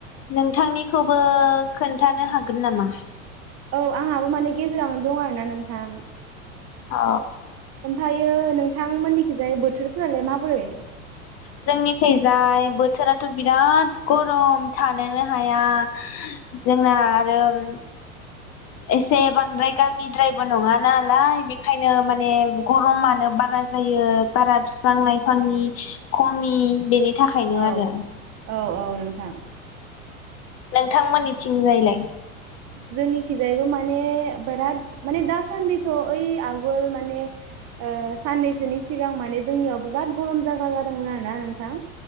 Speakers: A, on the left; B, on the right.
A: नोंथांनिखौबो खोन्थानो हागोन नामा?
B: औ आंहाबो माने गेजेरावनो दं आरोना नोंथां।
A: अ।
B: ओमफ्रायो नोंथांमोननिखिजाय बोथोरफोरालाय माबोरै?
A: जोंनि खैजाय बोथोराथ' बिराद गरम थानोनो हाया जोंना आरो उम एसे बांद्राय गामिद्रायबो नङा नालाय बेखायनो माने गर'मानो बारा जायो बारा बिफां लाइफांनि खमि बेनि थाखायनो
B: औ
A: आरो
B: औ औ नोंथां।
A: नोंथांमोननिथिंजाय लाय?
B: जोंनिखिजायैबो माने बिराद माने दासान्दिथ' ओइ आगोल माने ओ साननैसोनि सिगां माने जोंनियावबो बिराद गरम जाग्रा जादोंमोन आरोना नोंथां।